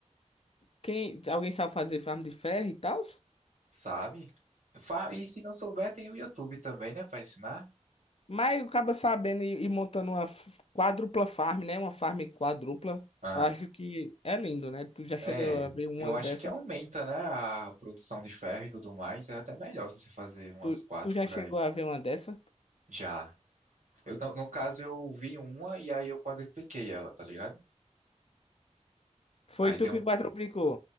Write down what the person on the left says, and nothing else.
Quem... Alguém sabe fazer farm de ferro e tal?
Mas acaba sabendo e, e montando uma f- quádrupla farm, né? Uma farm quádrupla.
Eu acho que é lindo, né? Tu já chegou
a ver uma
dessa?
Tu,
tu já
chegou
a ver uma dessa?
Foi
tu que quadruplicou.